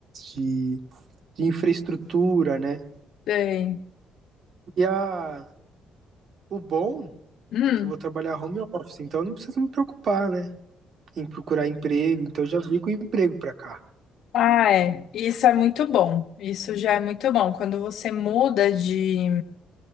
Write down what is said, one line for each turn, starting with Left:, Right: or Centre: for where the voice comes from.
Right: de, de infraestrutura, né?
Left: Sei.
Right: E a, o bom
Left: Hum.
Right: é que eu vou trabalhar home office, então eu não preciso me preocupar, né? Em procurar emprego, então eu já vim com emprego pra cá.
Left: Ah, é. Isso é muito bom. Isso já é muito bom. Quando você muda de,